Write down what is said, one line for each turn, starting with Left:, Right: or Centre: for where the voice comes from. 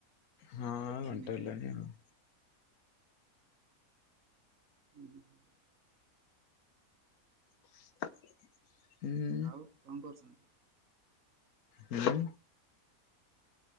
Left: ହଁ
Right: ଦେଖିନି
Left: ଘଣ୍ଟେ
Right: ଟାଇମ୍।
Left: ହେଲାଣିି ଆଉ।
Right: ହୁଁ ହୁଁଁ।
Left: ହୁଁ।
Right: ଆଉ କଣ କରୁଚନ୍ତି।
Left: ହୁଁ।